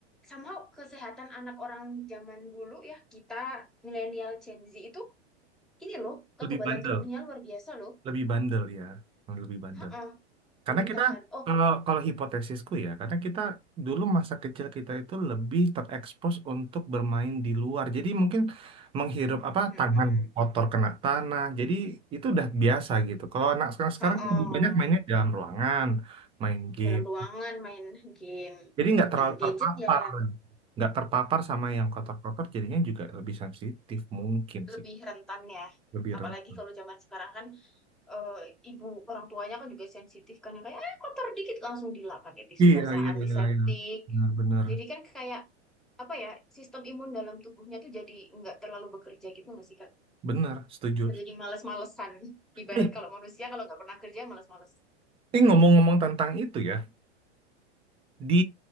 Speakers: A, in the centre; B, on the right.
A: somehow kesehatan anak orang zaman dulu ya, kita milenial Gen Z itu ini loh, kekebalan
B: lebih bandel
A: tubuhnya luar biasa loh.
B: lebih bandel ya lebih bandel
A: Heeh,
B: Karena
A: lebih
B: kita
A: tahan. Oh,
B: kalau kalau hipotesisku ya, karena kita dulu masa kecil kita itu lebih terekspos untuk bermain di luar. Jadi mungkin menghirup apa
A: mm-mm.
B: tangan kotor kena tanah. Jadi itu udah biasa gitu. Kalau anak sekarang sekarang
A: Heeh.
B: kan lebih banyak mainnya di dalam ruangan, main game.
A: dalam ruangan main game
B: Jadi nggak terlalu
A: dan gadget
B: terpapar,
A: ya
B: nggak terpapar sama yang kotor-kotor. Jadinya juga lebih sensitif mungkin
A: lebih
B: sih,
A: rentan ya
B: lebih
A: apalagi
B: rentan.
A: kalau zaman sekarang kan eh, ibu orang tuanya kan juga sensitif kan yang kayak ah, kotor dikit langsung dilap pakai tisu
B: Iya
A: basah
B: iya
A: antiseptik
B: iya. iya. Benar benar
A: jadi kan kayak apa ya sistem imun dalam tubuhnya tuh jadi nggak terlalu bekerja gitu nggak sih Kak?
B: benar setuju.
A: Menjadi males-malesan. <laughs> Ibarat
B: Eh,
A: kalau manusia kalau nggak pernah kerja males-males.
B: ini ngomong-ngomong tentang itu ya. Di